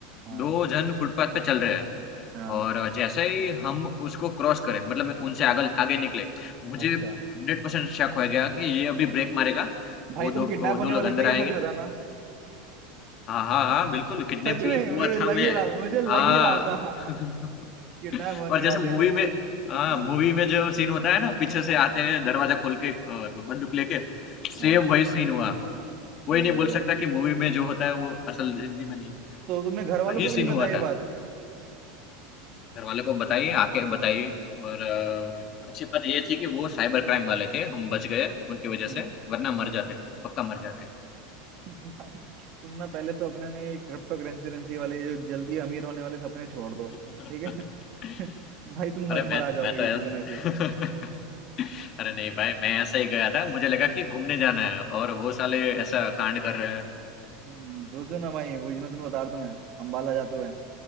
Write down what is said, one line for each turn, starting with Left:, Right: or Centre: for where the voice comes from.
Right: हाँ
Left: दो जन फुटपाथ पे चल रहे हैं
Right: हाँ
Left: और अ, जैसे ही हम उसको क्रॉस करें मतलब मैं उनसे आगे आगे निकले मुझे
Right: अच्छा
Left: हंड्रेड परसेंट शक हो गया कि ये अभी ब्रेक मारेगा
Right: भाई
Left: वो
Right: तुम
Left: दो
Right: किडनैप
Left: वो
Right: होने
Left: दो लोग
Right: वाले
Left: अंदर
Right: थे क्या
Left: आएंगे
Right: सच बताना
Left: हाँ हाँ हाँ बिल्कुल किडनैप
Right: सच में
Left: ही हुआ
Right: मुझे लग
Left: था मैं
Right: ही रहा था मुझे लग
Left: हाँ
Right: ही रहा था
Left: <laughs>
Right: <laughs> किडनैप होने
Left: और जैसे
Right: वाले
Left: मूवी
Right: हो
Left: में हाँ
Right: हाँ
Left: मूवी में जो सीन होता है ना पीछे से आते हैं दरवाजा खोल के अ, बंदूक लेके सेम
Right: हाँ
Left: वही सीन हुआ कोई
Right: अरे
Left: नहीं बोल
Right: यार
Left: सकता कि मूवी में जो होता है वो असल जिंदगी में नहीं होता
Right: तो तुमने घर
Left: वही
Right: वालों को भी
Left: सीन
Right: नहीं बताया
Left: हुआ
Right: ये
Left: था
Right: बात
Left: घर वालों को बताइए आके बताइए और अ, अच्छी बात ये थी कि वो साइबर क्राइम वाले थे हम बच गए उनकी वजह
Right: हम्म
Left: से वरना मर
Right: अच्छा
Left: जाते पक्का मर जाते
Right: <laughs> भाई तुम ना पहले तो अपने ने ये क्रिप्टो करेंसी वाले जो जल्दी अमीर होने वाले सपने छोड़ दो
Left: <laughs>
Right: ठीक है <laughs> भाई तुम
Left: अरे
Right: मर
Left: मैं
Right: मर आ जाओगे
Left: मैं तो
Right: किसी
Left: ऐ-
Right: दिन ऐसे ही।
Left: <laughs> अरे नहीं भाई मैं ऐसा ही गया था मुझे लगा कि घूमने जाना है और वो साले ऐसा कांड कर रहे हैं
Right: हम्म, सोचो ना भाई वही मैं तुम्हें बता रहा था मैं अंबाला जाते हुए